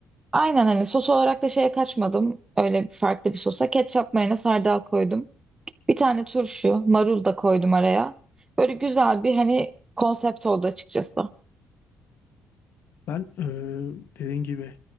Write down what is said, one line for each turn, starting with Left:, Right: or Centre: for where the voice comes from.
Right: aynen hani sos olarak da şeye kaçmadım. Öyle farklı bir sosa ketçap mayonez hardal koydum. Bir tane turşu, marul da koydum araya. Böyle güzel bir hani konsept oldu açıkçası.
Left: Ben eee dediğin gibi